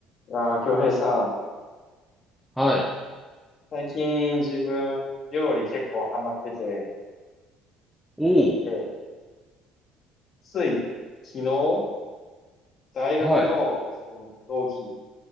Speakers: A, on the left; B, in the centre.
A: いやー、京平さん、
B: はい。
A: 最近自分、料理結構ハマってて、
B: おお。
A: で、つい昨日、大学の、
B: はい。
A: その同期